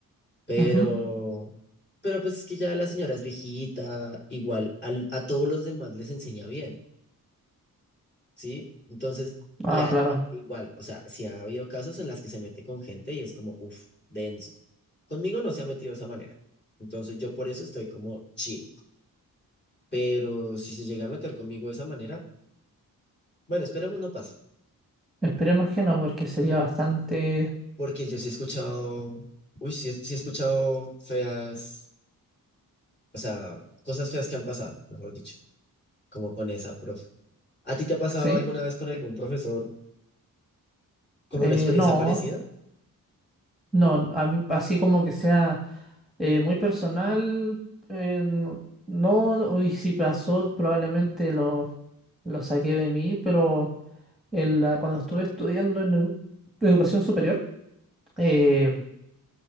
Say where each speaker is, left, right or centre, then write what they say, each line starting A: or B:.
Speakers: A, on the left; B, in the centre.
A: Pero,
B: Ujú.
A: pero pues es que ya la señora es viejita, igual al- a todos los demás les enseña bien, ¿sí? Entonces,
B: Ah,
A: y a-
B: claro.
A: igual, o sea, si ha habido casos en las que se mete con gente y es como, uff, denso. Conmigo no se ha metido de esa manera. Entonces yo por eso estoy como chill. Pero si se llega a meter conmigo de esa manera, bueno, esperemos no pase,
B: Esperemos que no, porque sería bastante...
A: porque yo sí he escuchado, uy, sí, he- sí he escuchado feas, o sea, cosas feas que han pasado, mejor dicho, como con esa profe. ¿A ti te ha pasado
B: ¿Sí?
A: alguna vez con algún profesor como
B: Eh,
A: una experiencia
B: no,
A: parecida?
B: no, a mí- así como que sea... Eh, muy personal, eh, no, no, y si pasó, probablemente lo, lo saqué de mí, pero en la- cuando estuve estudiando en edu- educación superior, eh,